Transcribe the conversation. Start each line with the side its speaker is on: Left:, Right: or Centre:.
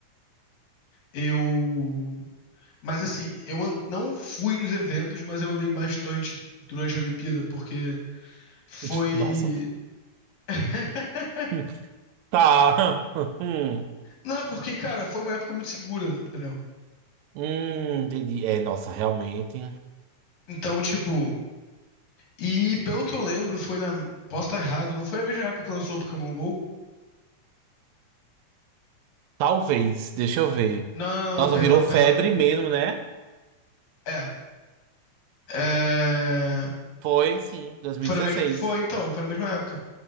Left: eu. Mas, assim, eu an- não fui nos eventos, mas eu andei bastante durante a Olimpíada, porque foi.
Right: <laughs> Nossa,
Left: <laughs>
Right: <laughs> tá. <laughs>
Left: Não, porque, cara, foi uma época muito segura, entendeu?
Right: Hum, entendi. É, nossa, realmente.
Left: Então, tipo. E pelo que eu lembro, foi na. Posso estar errado, não foi na mesma época que lançou o Pokémon GO?
Right: Talvez, deixa eu ver.
Left: Não,
Right: Nossa,
Left: perdão,
Right: virou
Left: perdão.
Right: febre mesmo, né?
Left: É. é,
Right: Foi, sim, 2016.
Left: Foi na mesma. Foi então, foi na mesma época.